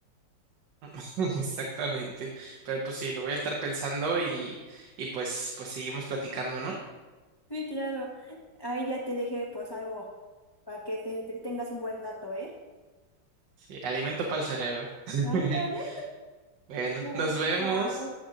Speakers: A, on the right (about 70°); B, on the left (about 20°).
A: <laughs> Exactamente. Pero pues sí, lo voy a estar pensando y, y pues, pues seguimos platicando, ¿no?
B: Sí, claro. Ahí ya te dejé pues algo para que te, te tengas un buen dato, ¿eh?
A: Sí, alimento para el cerebro. <laughs>
B: Ándale,
A: Bueno,
B: dale,
A: nos vemos.
B: chao.